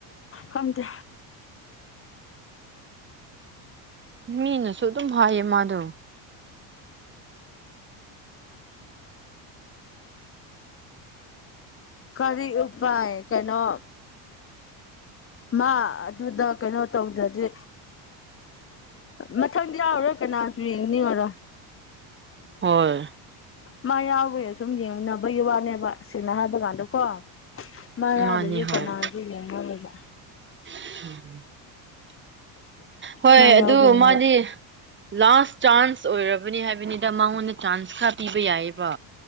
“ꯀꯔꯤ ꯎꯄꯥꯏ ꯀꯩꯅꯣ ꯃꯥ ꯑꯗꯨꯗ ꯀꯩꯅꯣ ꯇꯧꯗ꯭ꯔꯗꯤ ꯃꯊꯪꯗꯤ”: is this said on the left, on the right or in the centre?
Left